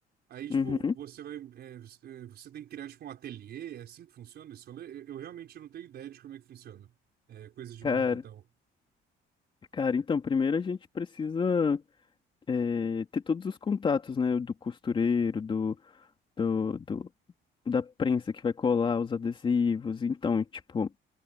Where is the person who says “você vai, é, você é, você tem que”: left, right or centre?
Right